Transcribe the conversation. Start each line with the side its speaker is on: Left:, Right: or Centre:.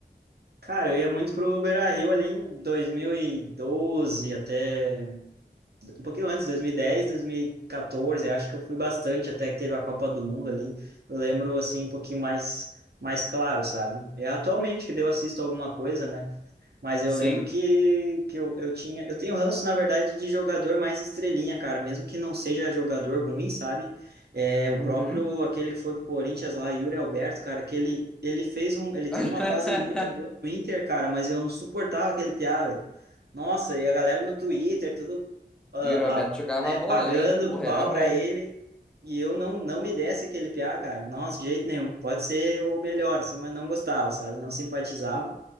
Right: Cara, eu ia muito pro Beira-Rio ali em 2012 até um pouquinho antes, 2010, 2014, acho que eu fui bastante até que teve a Copa do Mundo ali. Eu lembro assim um pouquinho mais mais claro, sabe? É atualmente que daí eu assisto alguma coisa, né? Mas eu
Centre: Sim.
Right: lembro que, que eu, eu tinha. Eu tenho ranço, na verdade, de jogador mais estrelinha, cara. Mesmo que não seja jogador ruim, sabe? É, o
Centre: Uhum.
Right: próprio, aquele que foi pro Corinthians lá, Yuri Alberto, cara, que ele, ele fez um. Ele
Centre: <laughs>
Right: teve uma fase muito boa no Inter, cara, mas eu não suportava aquele piá, velho. Nossa, e a galera no Twitter, tudo, ah,
Centre: E o
Right: ba-
Centre: Roberto jogava
Right: né,
Centre: a bola,
Right: pagando
Centre: hein? Porra,
Right: pau
Centre: era bom.
Right: pra ele. E eu não, não me desse aquele piá, cara. Nossa, de jeito nenhum. Pode ser o melhor, assim, mas não gostava, sabe? Não simpatizava.